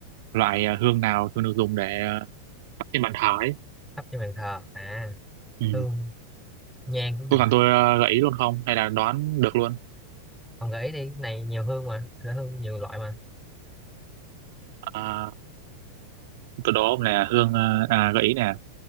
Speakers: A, on the right; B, in the centre.
A: loại à, hương nào thường được dùng để à, thắp trên bàn thờ ấy.
B: thắp trên bàn thờ à
A: Ừ.
B: hương nhang cái
A: Có
B: gì
A: cần tôi à, gợi ý luôn không? Hay là đoán được luôn?
B: ông gợi ý đi cái này nhiều hương mà là hương nhiều loại mà
A: À, tôi đố ông là hương à, à, gợi ý nè.